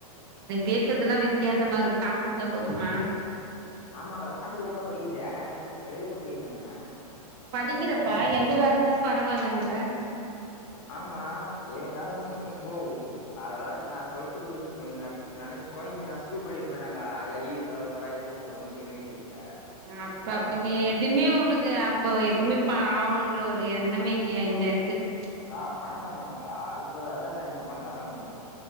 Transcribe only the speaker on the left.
ஆமாக்கா காசுக்கு தாங்க படிக்கித்தே வேற் எதுக்கா படிக்கிறனு
ஆமா எனக்கு வேலதா உ ஓவ் அதெல்லாத் நா டுவல் த்துபடிஸ் சொனுங் நக் நனச் கொய்ந்த நா‌ ஸ்கூல் படிக்கிற பையனாக்கா ஐ ஐ ஏ எஸ் ஆக போறே ஐ பி எஸ் ஆறோ உன்னு சொல்லினே இர்க்குத்துக்க
கா பணக்காரனாவனுக்கா அதுப்போத் அதான்கா எண்ணோ பணக்கார ஆவ்னு